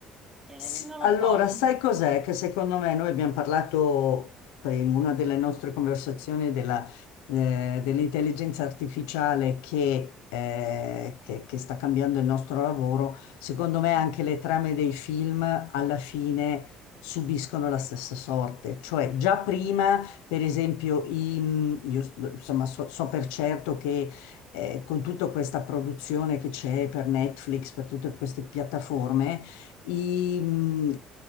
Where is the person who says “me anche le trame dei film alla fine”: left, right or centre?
Left